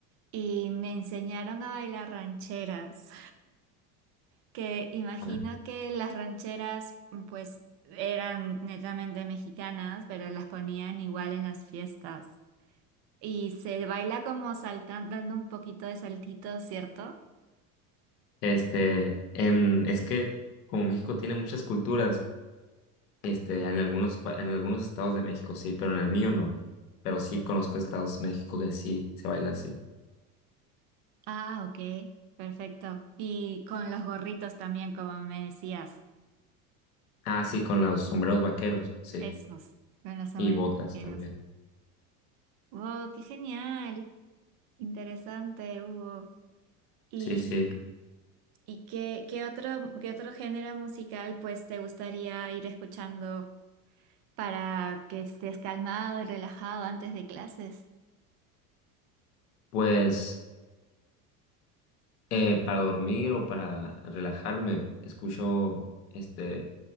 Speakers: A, on the right; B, on the left.
A: y me enseñaron a bailar rancheras que imagino
B: Ah.
A: que las rancheras pues eran netamente mexicanas, pero las ponían igual en las fiestas. Y se baila como saltando, dando un poquito de saltito, ¿cierto?
B: Este, en, es que como México tiene muchas culturas, este, en algunos, pa- en algunos estados de México sí, pero en el mío no. Pero sí conozco estados de México que sí se baila así.
A: Ah, ok, perfecto. Y con los gorritos también, como me decías,
B: Ah, sí, con los sombreros vaqueros, sí.
A: esos, con los sombreros
B: Y botas
A: vaqueros.
B: también.
A: ¡Wow, qué genial! Interesante, Hugo. ¿Y,
B: Sí, sí.
A: y qué, qué otro, qué otro género musical pues te gustaría ir escuchando? para que estés calmado y relajado antes de clases.
B: Pues. Eh, para dormir o para relajarme, escucho este